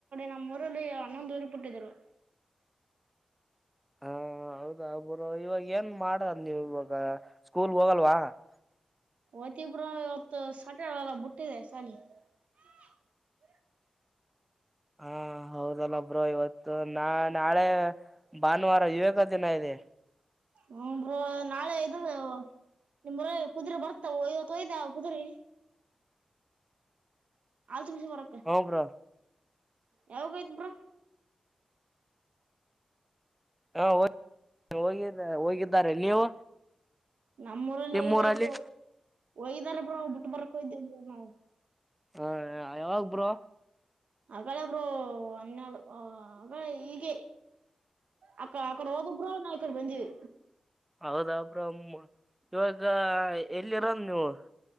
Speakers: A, on the right (about 75°); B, in the centre.
A: ನಮ್ಮ್ ಊರಲ್ಲಿ ಹನ್ನೊಂದ್ ಊರಿ ಪುಟ್ಟಿದ್ರು
B: ಹಾ ಹೌದಾ ಬ್ರೋ ಇವಾಗ ಏನ್ ಮಾಡದ್ ನೀವು ಇವಾಗ ಸ್ಕೂಲ್ ಹೋಗಲ್ವಾ <unintelligible>
A: ಒ <unintelligible> ಹೋಗ್ತಿವಿ ಬ್ರೋ ಇವತ್ತು ಸಂಡೇ ಅಲ ಬಿಟ್ಟಿವಿ ಸಾಲಿ <unintelligible>
B: ಹಾ ಹೌದಲ್ಲ ಬ್ರೋ ಇವತ್ತು ನಾ ನಾಳೆ ಭಾನುವಾರ ವಿವೇಕ ದಿನ ಇದೆ
A: ಹ ನಾಳೆ ಇದ ನಿಮ್ಮ ಊರಾಗ ಕುದುರೇ ಬರ್ತಾವವತ್ತು ಒಯ್ದ ಕುದುರಿ ತುಂಬೇಸಂಬರಕ
B: ಹೂ ಬ್ರೋ
A: ಯಾವಾಗ ಹೋಗಿದ್ದಿ ಬ್ರೋ
B: ಹಾ ಹ ಹೋಗ ಹೋಗಿದ್ದಾರೆ ನೀವು
A: ನಮ್ಮ್ ಊರಲ್ಲಿ
B: ನಿಮ್ಮೂರಲ್ಲಿ
A: ಒಯ್ದರ್ ಒಯ್ದಾರ ಹೌ ಬರಕ ದ ನಾವು
B: ಹಾ ಯಾವಾಗ ಬ್ರೋ
A: ಹಗಳ ಬ್ರೋ ಹನ್ನೆರಡು ಹಗ ಅಕ್ಕ ಅಕ್ಕಡೆ ಓದ್ರು ಬ್ರೋ ನಾ ಇಕ್ಕಡೆ ಬಂದಿವಿ
B: ಹೌದ ಬ್ರೋ ಇವಾಗ ಎಲ್ಲಿರನ್ ನೀವು